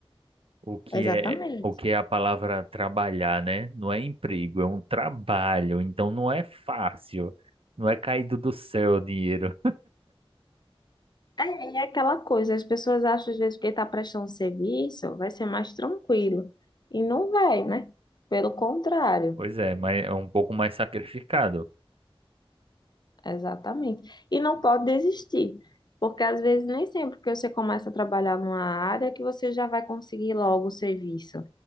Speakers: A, on the right; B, on the left.
A: O que
B: exatamente.
A: é, o que é a palavra trabalhar, né? Não é emprego, é um trabalho, então não é fácil. Não é caído do céu o dinheiro.
B: É, e é aquela coisa, as pessoas acham às vezes que está prestando serviço vai ser mais tranquilo. E não vai, né? Pelo contrário,
A: Pois é, mas é um pouco mais sacrificado.
B: exatamente. E não pode desistir, porque às vezes nem sempre que você começa a trabalhar numa área que você já vai conseguir logo o serviço.